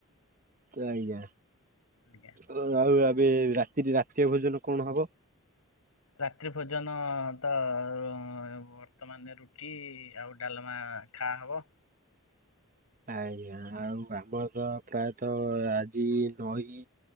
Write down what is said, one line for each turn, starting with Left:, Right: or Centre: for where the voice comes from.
Right: ଆଜ୍ଞା।
Left: ଆଜ୍ଞା।
Right: ଅ ଆଉ ଏବେ ରାତି ରେ ରାତିଅ ଭୋଜନ କଣ ହବ?
Left: ରାତ୍ରି ଭୋଜନ ତ ଅଁ ବର୍ତ୍ତମାନ ରୁଟି ଆଉ ଡାଲମା ଖା ହବ।
Right: ଆଜ୍ଞା ଆଉ ଆମ ତ ପ୍ରାୟତ ଆଜି ନଈ।